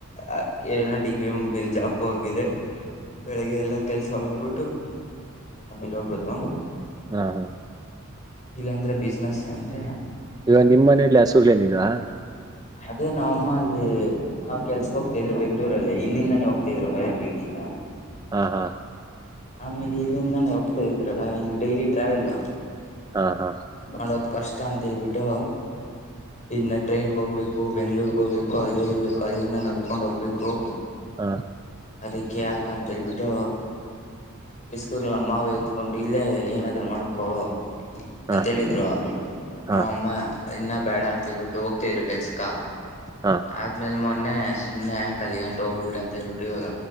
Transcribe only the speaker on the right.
ಹಾ ಹಾ
ಇವಾಗ ನಿಮ್ಮ್ ಮನೆಯಲ್ಲಿ ಹಸುಗಳನಿದ್ವಾ
ಹಾ ಹಾ
ಹಾ ಹಾ
ಹಾ
ಹಾ ಹಾ
ಹಾ
ಹಾ